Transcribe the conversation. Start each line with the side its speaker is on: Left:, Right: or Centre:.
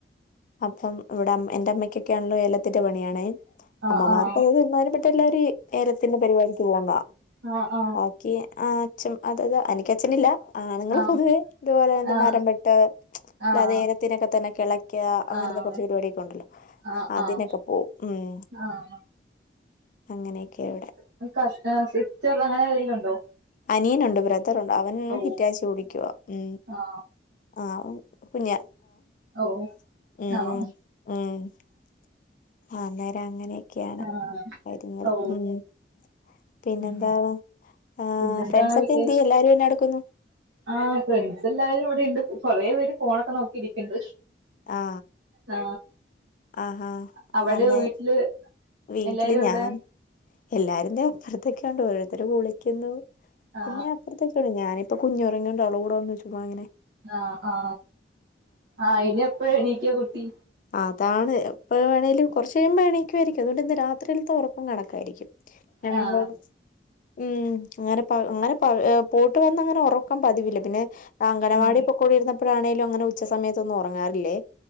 Left: അപ്പം ഇവിടം എന്റെ അമ്മക്കൊക്കെയാണല് എഏത്തിന്റെ പണിയാണ്
Right: ആഹ്
Left: അമ്മമാർക്ക്
Right: ആഹ്
Left: അ തരുമാ മറ്റല്ലാര് ഏലത്തിന്റെ പരിപാടിക്ക് പോവുന്ന
Right: ആഹ് ആഹ്
Left: ബാക്കി ആ അച്ഛൻ അതത എനക്ക് അച്ഛന് ഇല്ല ആണുങ്ങള്
Right: ആഹ്
Left: പൊതുവേ ഇതുപോലെ എന്താ
Right: ആഹ്
Left: മരംവെ ട്ട് അല്ലാതെഏലത്തിനൊക്കെ
Right: ആഹ്
Left: തന്നെ കിളക്ക അങ്ങനത്തെ
Right: ആഹ്
Left: കുറച്ച് പരിപാടിയൊക്കെ ഉണ്ടല്ലോ
Right: ആഹ്
Left: അതിനൊക്കെ
Right: ആഹ് ആഹ്
Left: പോവും ഉം
Right: ആഹ്
Left: അങ്ങനെയൊക്കെ ഇവിടെ
Right: <unintelligible>
Left: അനിയനുണ്ട് ബ്രതറുണ്ട് അവൻ
Right: ഓ
Left: ഹിറ്റാച്ചി ഓടിക്കുവാ ഉ
Right: ആ
Left: ആ കുഞ്ഞ
Right: ഓ
Left: മ്
Right: ആണോ
Left: മ് മ് ആ അന്നേരം അങ്ങനെയൊക്കെയാണ്
Right: ആ
Left: കാര്യങ്ങള്
Right: ഓ
Left: ഉം പിന്നെന്ത
Right: ഉം
Left: ആ
Right: പിന്നെന്താണ്
Left: ഫ്രണ്ട്സ് ഒക്കെ
Right: വിശേഷം
Left: എന്തേ എല്ലാരും എന്നാ എടുക്കുന്നു
Right: ആ ഫ്രണ്ട്സ് എല്ലാരും ഇവിടെണ്ട് കൊറേ പേര് ഫോണൊക്കെ നോക്കിയിരിക്ക്ണ്ട്
Left: ആ
Right: ആ
Left: ആഹാ
Right: അവിടൊ
Left: അന്നേ
Right: വീട്ടില്
Left: വീട്ടില്
Right: എല്ലാരും എവിടെ
Left: ഞാൻ എല്ലാരുന്റെയും അപ്പുറത്തെക്കാണ്ട് ഓ തര് കുളിക്കുന്നു
Right: ആ
Left: പിന്നെ അപ്പറത്തേക്ക ഞാനിപ്പോ കുഞ്ഞുറങ്ങണ്ട അവളും കൂടെന്നന്ന് ചുമ്മങ്ങനെ
Right: ആ ആ ആ ഇനി എപ്പഴ എണീക്ക കുട്ടി
Left: ആഹ് അതാണ് എപ്പ വേണെങ്കലും കുറച്ച് കഴുമ്പോ എണീക്കുവായിരിക്കും അതുകൊണ്ട് ഇന്ന് രാത്രിയിലത്തെ ഉറക്കം കണക്കായിരിക്കും ഞങ്ങ
Right: ആ ആ
Left: <inaudible> ഉം അങ്ങനെ പ അങ്ങനെ പൂട്ടി വന്ന അങ്ങനെ ഉറക്കൻ പതിവില്ല പിന്നെ അംഗനവാടി
Right: ആ
Left: പോക്കൊണ്ടി രുന്നപ്പോഴാണേങ്കലും അങ്ങനെ ഉച്ച സമയത്തൊന്നും ഉറങ്ങാറില്ലേ